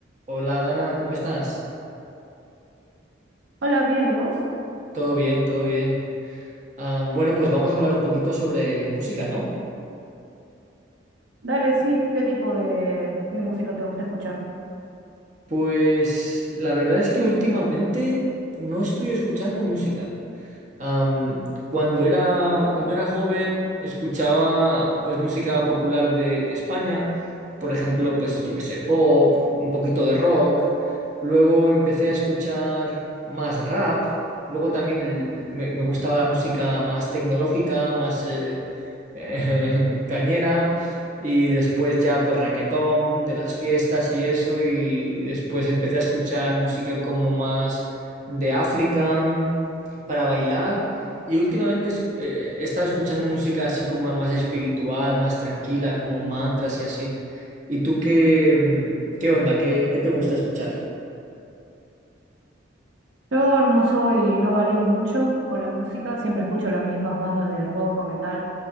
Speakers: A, on the right (about 40°); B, on the right (about 75°).
A: Hola Dana, ¿cómo estás?
B: Hola, bien, ¿y vos?
A: Todo bien, todo bien. Am, bueno, pues vamos a hablar un poquito sobre música, ¿no?
B: Dale, sí, ¿qué tipo de, de música te gusta escuchar?
A: Pues la verdad es que últimamente no estoy escuchando música. Am, cuando era, cuando era joven escuchaba pues música popular de, de España, por ejemplo, pues yo qué sé, pop, un poquito de rock. Luego empecé a escuchar más rap. Luego también el- me, me gustaba la música más tecnológica, más... eh, eh, <laughs> cañera y después ya pues raquetón de las fiestas y eso y después empecé a escuchar música como más de África para bailar y últimamente es- eh, he estado escuchando música así como más espiritual, más tranquila, como mantras y así. ¿Y tú qué, mm, qué onda? ¿Qué, qué te gusta escuchar?
B: Yo no soy, no varío mucho con la música, siempre escucho las mismas bandas de rock o metal,